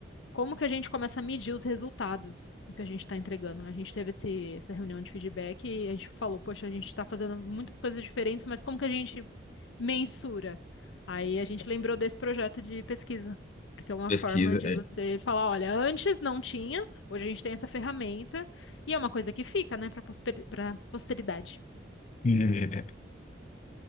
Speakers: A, on the left (about 85°); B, on the left (about 40°).
A: como que a gente começa a medir os resultados do que a gente está entregando. A gente teve esse, essa reunião de feedback e a gente falou, poxa, a gente está fazendo muitas coisas diferentes, mas como que a gente mensura. Aí a gente lembrou desse projeto de pesquisa, porque é uma
B: pesquisa.
A: forma de
B: é.
A: você falar, olha, antes não tinha, hoje a gente tem essa ferramenta, e é uma coisa que fica, né, para para posteridade.
B: <laughs>